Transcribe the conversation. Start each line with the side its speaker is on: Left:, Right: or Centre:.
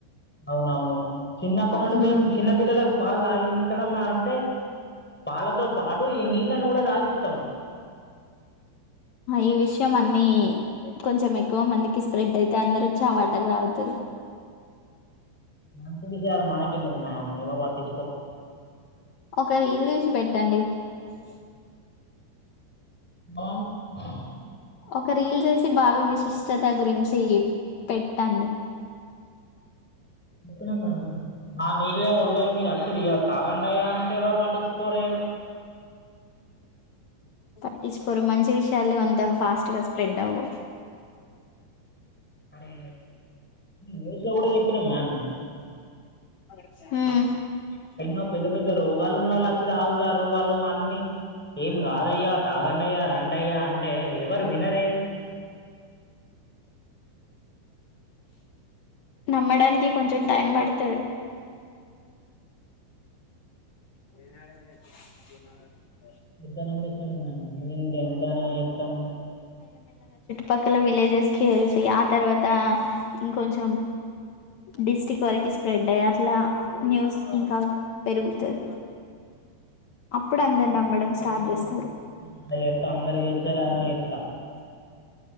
Centre: అవునవును చిన్నప్పన్న
Left: ఆ,
Centre: నుండి మేము
Left: ఏ
Centre: చిన్న పిల్లలకు పాలు దాగి ముసలమ్మా అంటే పాలతో పాటు ఈ నీళ్ళలను కూడా సాగిస్తాం
Left: ఈ విషయం అన్ని కొంచెం ఎక్కువ మందికి స్ప్రెడ్ అయితే అందరు చవాటగా అవుతరు.
Centre: <unintelligible> మనకి ఎందుకు మ్యామ్ ఎవరు పట్టి
Left: ఒక ఇల్లుసి పెట్టండి అక
Centre: <unintelligible>
Left: ఒక రీల్ జేసి బావి విశిష్టత గురించి పెట్టండి.
Centre: చెప్పినాం మేడం మా నీళ్ళే ఒడివయి మీరు వచ్చి ఇగ తాగండయ్యా అంటే ఎవరు పట్టించుకోరే
Left: పట్టిచ్చుకోరు మంచి విష్యాలు అం తమ్ ఫాష్ట్ గ స్ప్రెడ్ అవ్వవ్.
Centre: అరే న్యూస్ లో గూడ జెప్పినమ్ మ్యామ్.
Left: ఆ
Centre: ఎన్నో పెద్ద పెద్ద రోగాలున్నోళ్ళొచ్చి తాగుతారు వాళ్ళువన్నీ ఏం కాదయ్యా తాగండయ్యా రం. అయ్యా అంటే ఎవర్ వినర్ టె
Left: నమ్మడానికి కొంచెం టైం బడ్తది. ఏ
Centre: ఇంత కన్నా మీకింగ మేమింగెంతని జేత్తం.
Left: పక్కల విలేజెస్ కి తెల్సి ఆ తర్వాత ఇంకొంచెం డిస్టిక్ట్ వరకి స్ప్రెడ్ అయ్ అట్ల న్యూస్ ఇంక పెరుగుతది.
Centre: <unintelligible>
Left: అప్పుడు అందరు నమ్మడం స్టార్ట్ చేస్తారు
Centre: <inaudible> జేత్త అందర్కి దెల్షేలాగనే జేత్త.